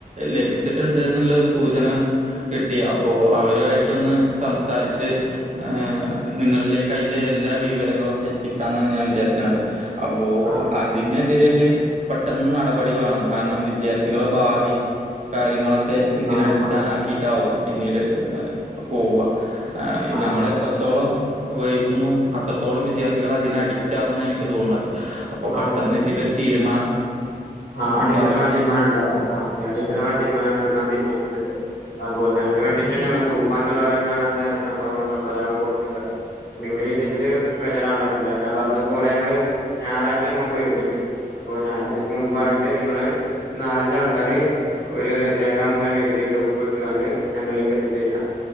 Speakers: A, on the right; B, on the left.
A: ലഭിച്ചിട്ടുണ്ട് എന്നുള്ള ഒരു സൂചന കിട്ടി അപ്പോ അവരുആയിട്ടൊന്ന് സംസാരിച്ച് ഏ നിങ്ങളിലേക്ക് അതിന്റെ എല്ലാ വിവരങ്ങളും ഒക്കെ എത്തിക്കാ എന്നാണ് ഞാൻ വിചാരിക്ക്ണത് അപ്പോ
B: ആഹ്
A: ആതിനെതിരെക്കെ
B: ആഹ്
A: പെട്ടൊന്ന് നടപടി വേണം കാരണം വിദ്യാർത്ഥികളെ ഭാവി കാര്യങ്ങളൊക്കെ ക്കെ ഇതിനടിസ്ഥാനമാ
B: ആഹ് ആഹ്
A: ട്ടാവും പിന്നീട് പോവ
B: ആഹ്
A: നമ്മൾ എത്രത്തോളം വൈകുന്നു അത്രത്തോളം വിദ്യാർത്ഥികൾ അതിന് അഡിക്റ്റ് ആകുന്നു എനിക്ക് തോന്നണത് അപ്പൊ
B: ആഹ്
A: പെട്ടെന്ന്
B: ഓക്കെ ഓക്കെ
A: ഇതിലൊരു തീരുമാനം
B: ആഹ് അടിയന്തരമായ
A: ഉണ്ടാവണംന്ന്
B: തീരുമാനംണ്ടകും ആ അടിയന്തരമായ
A: ഉം
B: തീരുമാനംങ്ങൾ ക്കാൻ തീരുമാനിച്ചിട്ടുണ്ട് അതുപോലെ തന്നെ അയിന് വേണ്ടിട്ടന്നെ ഞമ്മൾ തൂഫാൻ എന്ന് പറയുന്ന അങ്ങനത്തെ സംഭവങ്ങൾ സമ്പ്രദായങ്ങൾ കൊടുന്നിട്ടണ്ടായത് നിങ്ങൾ ഈ വിഷയത്തിൽ ബേജാറാവണ്ട ആവശ്യല്ല ഞാൻ പറഞ്ഞതു പോല ഞങ്ങങ്ങള് ഞായറാഴ്ച അങ്ങോട്ട് വരുന്നുണ്ട് അപ്പോ ഞായറാഴ് മുമ്പായിട്ട് നിങ്ങള് ഒരു നാലഞ്ച് ആൾക്കാര് ഒരു രേഖാമൂലം എഴുതിട്ട് ഒപ്പ് ഇട്ടുകാണ്ട് ഞങ്ങളിലേക്ക് എത്തിച്ച് തരിക